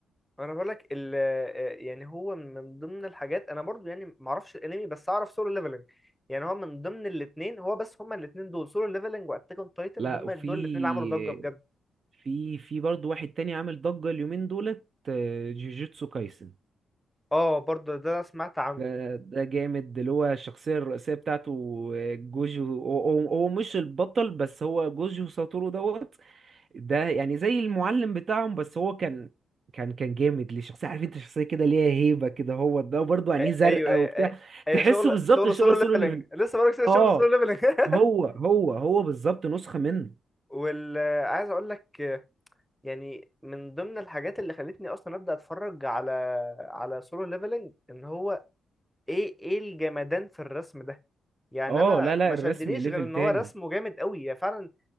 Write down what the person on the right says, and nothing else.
لا
وفي
في في برضه واحد تاني عامل ضجه اليومين دولت آه، جوجوتسو كايسن
ده ده جامد اللي هو الشخصية الرئيسية بتاعته جوجو هو, هو هو مش البطل بس هو جوجو ساتورو دوت ده يعني زي المعلم بتاعهم بس هو كان كان كان جامد ليه شخصية عارف انت شخصية كده ليها هيبة كده هو ده برضه عينيه
زرقاء
وبتاع
تحسه
بالظبط
شبه
سولو
ليفل
اه
هو هو هو بالظبط نسخة منه
اه
لا لا
الرسم
ليفل
تاني